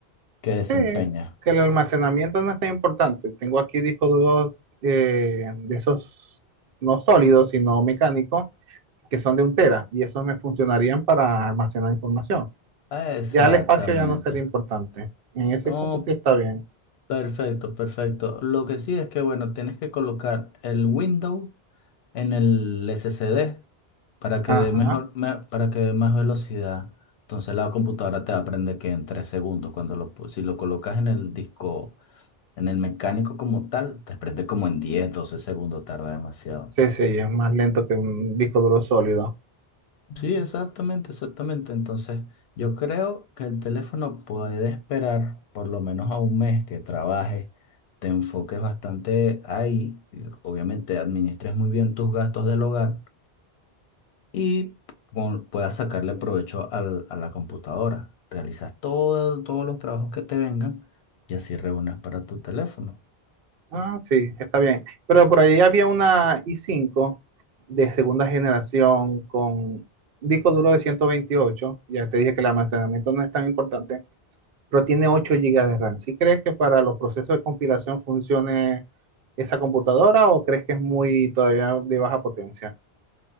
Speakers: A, on the left; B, on the right.
A: que desempeña.
B: Sí, que el almacenamiento no es tan importante. Tengo aquí discos duros eh, de esos, no sólidos, sino mecánicos, que son de un tera, y esos me funcionarían para almacenar información.
A: Exactamente.
B: Ya el espacio ya no sería importante. En ese
A: No,
B: caso sí está bien.
A: perfecto, perfecto. Lo que sí es que, bueno, tienes que colocar el Windows en el SSD para que
B: Ajá.
A: dé mejor, me- para que dé más velocidad. Entonces la computadora te aprende que en tres segundos, cuando lo, pu- si lo colocas en el disco En el mecánico como tal, te prende como en 10, 12 segundos, tarda demasiado.
B: Sí, sí, es más lento que un disco duro sólido.
A: Sí, exactamente, exactamente. Entonces, yo creo que el teléfono puede esperar por lo menos a un mes que trabajes, te enfoques bastante ahí, y obviamente administres muy bien tus gastos del hogar y pon- puedas sacarle provecho al- a la computadora. Realizas todo- todos los trabajos que te vengan y así reúnes para tu teléfono.
B: Ah, sí, está bien. Pero por ahí había una i cinco de segunda generación con disco duro de 128. Ya te dije que el almacenamiento no es tan importante, pero tiene 8 gigas de RAM. ¿Sí crees que para los procesos de compilación funcione esa computadora o crees que es muy todavía de baja potencia?